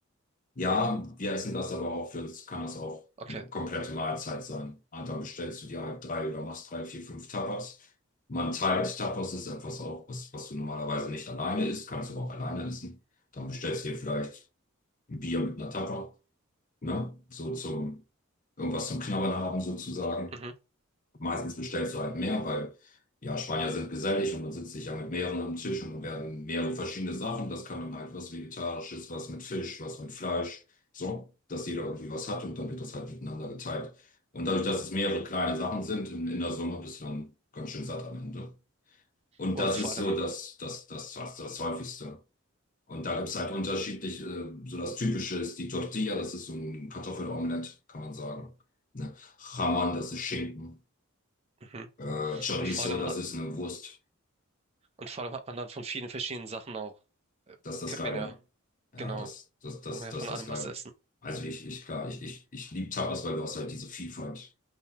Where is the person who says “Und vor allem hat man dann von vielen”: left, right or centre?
Right